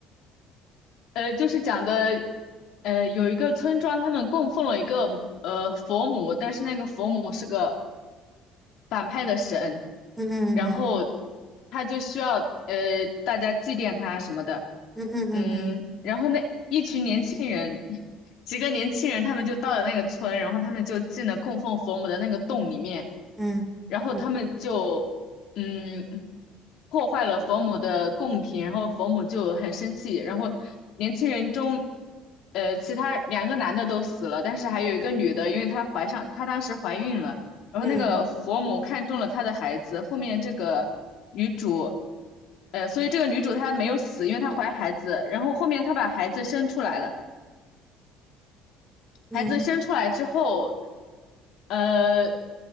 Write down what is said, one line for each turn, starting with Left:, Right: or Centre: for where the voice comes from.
Left: 呃，就是讲的，呃，有一个村庄，他们供奉了一个呃佛母，但是那个佛母是个反派的神，
Centre: 嗯嗯嗯
Left: 然后他就需要呃大家祭奠他什么的，
Centre: 嗯嗯嗯嗯。
Left: 嗯，
Centre: 嗯
Left: 然后那一群年轻人，<laughs> 几个年轻人他们就到了那个村，然后他们就进了供奉佛母的那个洞里面，
Centre: 嗯嗯，
Left: 然后他们就嗯破坏了佛母的贡品，然后佛母就很生气，然后年轻人中。呃，其他两个男的都死了，但是还有一个女的，因为她怀上，她当时怀孕了，然后那个佛母看中了他的孩子，
Centre: 嗯
Left: 后面这个女主，呃，所以这个女主她没有死，因为她怀孩子，然后后面她把孩子生出来了。
Centre: 嗯
Left: 孩子生出来之后，呃，